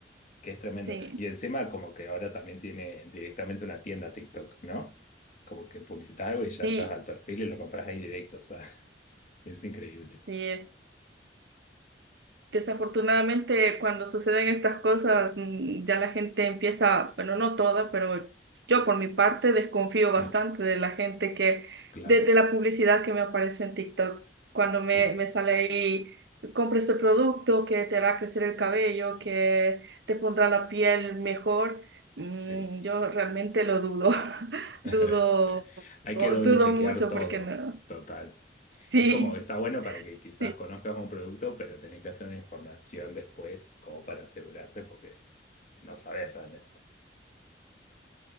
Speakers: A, on the left (about 45°); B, on the right (about 70°).
A: que es tremendo.
B: sí,
A: Y encima como que ahora también tiene directamente una tienda TikTok, ¿no? Como que publicitas algo y ya
B: sí.
A: entras al perfil y lo compras ahí directo, o sea, <laughs> es increíble.
B: Sí, Desafortunadamente, cuando suceden estas cosas, mm, ya la gente empieza, bueno, no toda, pero yo por mi parte desconfío
A: Sí,
B: bastante de la gente que,
A: claro,
B: de de la publicidad que me aparece en TikTok, cuando me,
A: sí,
B: me sale ahí, compra este producto que te hará crecer el cabello, que te pondrá la piel mejor, mm,
A: sí.
B: yo realmente lo dudo, <laughs>
A: <laughs>
B: dudo,
A: Hay
B: dudo
A: que doble chequear
B: mucho
A: todo,
B: porque no.
A: total.
B: Sí,
A: Es como que está bueno para que quizás
B: sí.
A: conozcas un producto, pero tenés que hacer una información después como para asegurarte porque no sabes realmente.